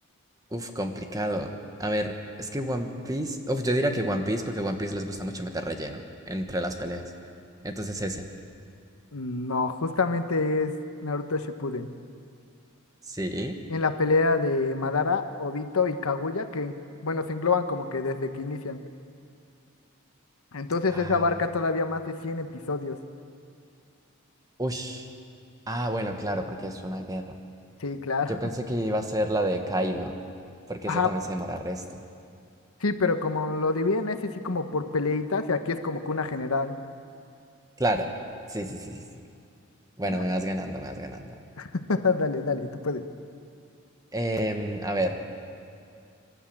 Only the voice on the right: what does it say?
uf, complicado. A ver, es que One Piece. Uf, yo diría que One Piece porque One Piece les gusta mucho meter relleno entre las peleas. Entonces ese.
Sí.
Ah,
ush. Ah, bueno, claro, porque es una guerra.
Yo pensé que iba a ser la de Kaido, porque
esa también se demora resto.
Claro. Sí, sí, sí, sí, sí. Bueno,
me vas ganando, me vas ganando.
Em, a ver.